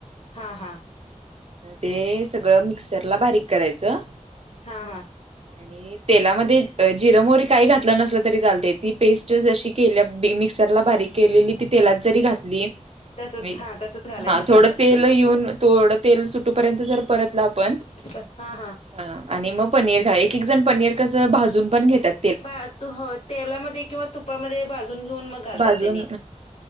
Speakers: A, on the left; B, on the right.
A: हां हां.
B: ते सगळं मिक्सर ला बारीक करायचं.
A: हां हा.
B: आणि तेलामध्ये जिर मोरी काही घातलं नसलं तरी चालतय, ती पेस्ट जशी केल्या बी मिक्सरला बारीक केलेली ती तेलात जरी घातली <unintelligible>
A: तसच हा तसच घालायचं
B: हा थोडं
A: सगळं
B: ते ल येऊन, थोडं तेल सुटूपर्यंत जर परतल आपण
A: <unintelligible> हा हा.
B: हा आणि मग पनीर घा, एक एक जण पनीर कसं भाजून पण घेत्यात.
A: ब तू होत. तेलामध्ये किंवा तुपामध्ये भाजून घेऊन मग घालतात
B: भाजून
A: तेनी,